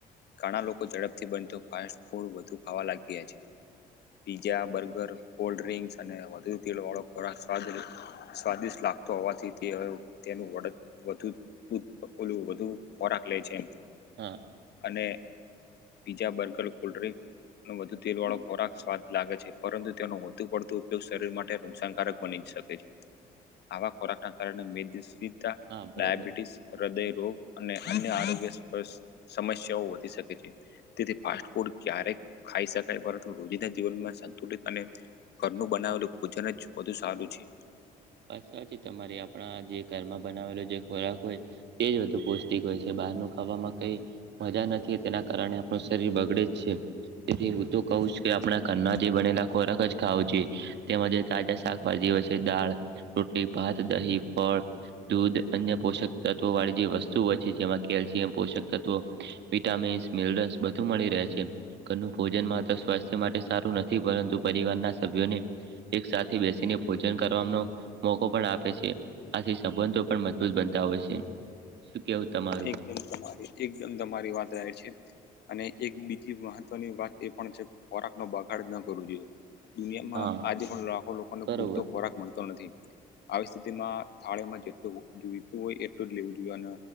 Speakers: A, on the left; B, on the right.
A: ઘાણા લોકો ઝડપથી બનતો ફાસ્ટ ફૂડ વધુ ખાવા લાગી ગયા છે. પીઝા બર્ગર કોલ્ડ ડ્રિંક્સ અને વધુ તીલ વાળો ખોરાક સ્વાદ સ્વાદિષ્ટ લા તોવાથી તે હવે તેનું વળ વધુ ઓલું વધુ ખોરાક લેય છે.
B: હા.
A: અને પીઝા બર્ગર કોલ્ડ ડ્રિંક અને વધુ તેલ વાળો ખોરાક સ્વાદ લાગે છે પરંતુ તેનો વધુ પડતો ઉપયોગ શરીર માટે નુકસાનકારક બની શ કે છે આવા ખોરાક ના કારણે <unintelligible>
B: હા બરોબર
A: ડાયાબિટીસ હૃદય રોગ અને અન્ય આરોગ્ય સમસ્યાઓ વધી શકે છે. તેથી ફાસ્ટ ફૂડ ક્યારેક ખાઈ શકાય પરંતુ રોજના જીવનમાં સંતુલિત અને. ઘરનું બનાવેલું ભોજન જ બધુ સારું છે.
B: વાત સાચી તમારી આપણા જે ઘરમાં બનાવેલો જે ખોરાક હોય. તે જ બધું પૌષ્ટિક હોય છે બહારનું ખાવામાં કઈ મજા નથી તેના કારણે આપણું શરીર બગડે તેથી હું તો કહું જ કે આપણા ઘરના જે બનેલા ખોરાક જ ખાવો જોઈએ. તેમજ તાજા શાકભાજીઓ છે દાળ રોટલી ભાત દહી ફળ. દૂધ અન્ય પોષક તત્વોવાળી જે વસ્તુ હોય છે જેમાં કેલ્શિયમ પોષક તત્વો. વિટામીન્સ મિનરસ બધું મળી રહે છે. ઘરનું ભોજન માત્ર સ્વાસ્થ્ય માટે સારું નથી પરંતુ પરિવારના સભ્યોને. એક સાથે બેસીને ભોજન કરવાનો. મોકો પણ આપે છે આથી સંબંધો પણ મજબૂત બનતા હોય છે. શું કેવું તમારું
A: એકદમ તમારી એકદમ તમારી વાત રાય છે. અને એક બીજી મહત્વની વાત એ પણ છે ખોરાક નો બગાડ નો કરવો જોઈએ. દુનિયામાં
B: હા
A: આજે પણ લાખો લોકોને
B: બરોબર
A: પૂરતો ખોરાક મળતો નથી. આવી સ્થિતિમાં થાળેમાં જેટલું જોઈતું હોય એટલું જ લેવું જોઈએ અન